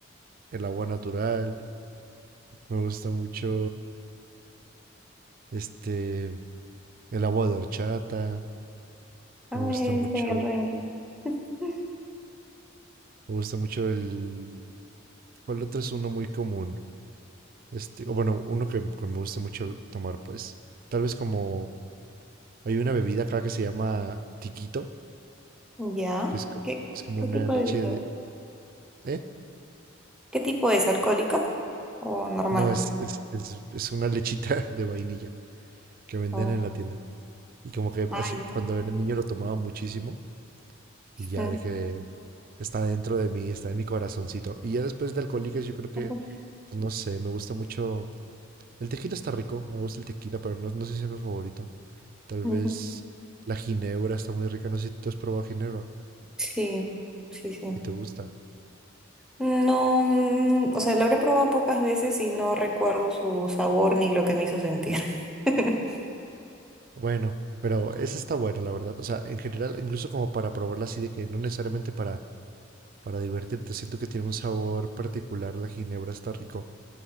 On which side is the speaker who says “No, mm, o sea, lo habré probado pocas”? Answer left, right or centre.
Centre